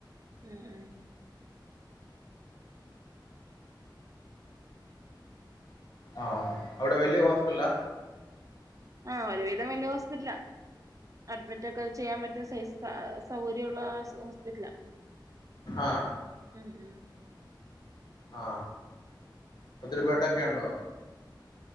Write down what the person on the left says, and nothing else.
ആഹ് അവടെ വെല്യ ഹോസ്പിറ്റ്ലാ
ആ
ആ ഒത്തിരി ബെഡോക്കെ ഒണ്ടോ